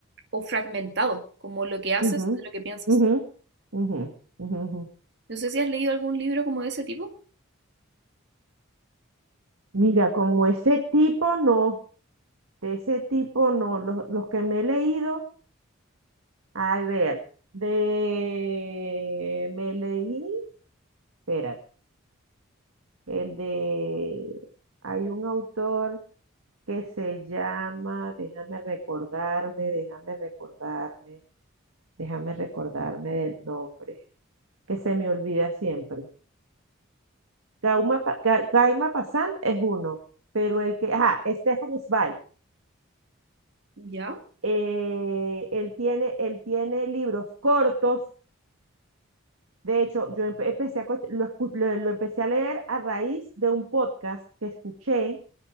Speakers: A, on the right (about 55°); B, on the right (about 80°).
A: o fragmentado, como lo que haces
B: ujú,
A: de lo que piensas.
B: ujú, ujú, ujú, ujú.
A: No sé si has leído algún libro como de ese tipo.
B: Mira, como ese tipo no, de ese tipo no, los, los que me he leído. A ver, de... Me leí, espérate, el de... Hay un autor que se llama, déjame recordarme, déjame recordarme, déjame recordarme del nombre, que se me olvida siempre. Gauma, Pa- Ga- Gaima Passant es uno, pero el que, ajá, Stefan Zweig,
A: Ya,
B: eh, él tiene, él tiene libros cortos De hecho, yo empe- empecé a, co- lo, escu- lo- lo empecé a leer a raíz de un podcast que escuché